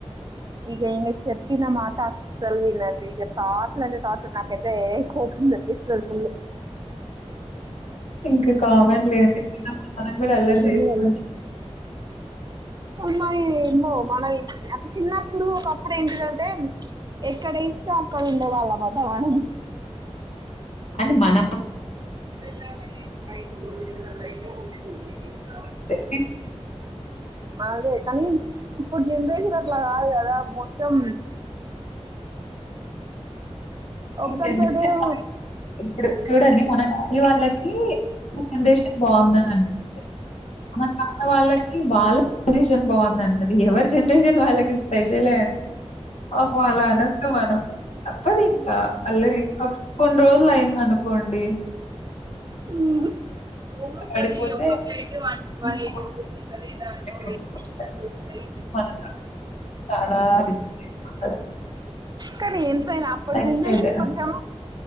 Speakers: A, on the right (about 40°); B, on the left (about 75°).
A: ఇక ఈనకి చెప్పిన మాట అస్సలు వినడు ఇక టార్చర్ అంటే టార్చర్ నాకైతే కోపం తెపిస్తడు ఫుల్
B: ఇంకా కామన్ లేండి చిన్నప్పుడు మనం కూడా అల్లారీ
A: ఎక్కువ
B: చేసినం
A: మది ఏమ్మొ మనం అ చిన్నప్పుడు ఒకప్పుడు ఏంటిదంటే ఎక్కడేస్తే అక్కడ ఉండేవాళ్ళమాట మనం
B: అది మన
A: వెళ్లాలని లేదు బైటికి <unintelligible>
B: <unintelligible>
A: అదే కానీ ఇప్పుడు జనరేషన్ అట్లా కాదు గదా మొత్తం
B: <unintelligible>
A: ఒక్కరితోటే
B: చూడండి మన డాడీ వాళ్ళకి మన జనరేషన్ బాగుందని అనిపిస్తాది మన తాత వాళ్ళకి వాళ్ళ జనరేషన్ బాగుందంటది ఎవరి జనరేషన్ వాళ్ళకి స్పెషలే అండి పాపం అలా అనొద్దు మనం తప్పదింక్క అల్లరి ఇంకా కొన్ని రోజులు అయిందనుకోండి
A: ఊ మోమోస్
B: పడిపోతే
A: అది ఒక ప్లేట్ వన్ వన్
B: ఇంకొక
A: ఎయిటీ రూపీస్ ఉంటది. దాంట్లో
B: ఉంటుంది.
A: ఎయిస్ పీసెస్ అట్లా వస్తాయి.
B: మనతోటి చాలా బిజీ అయిపోతారు.
A: కానీ ఎంతైనా అప్పటి జనరేషన్
B: దొరికేదా?
A: కొంచెం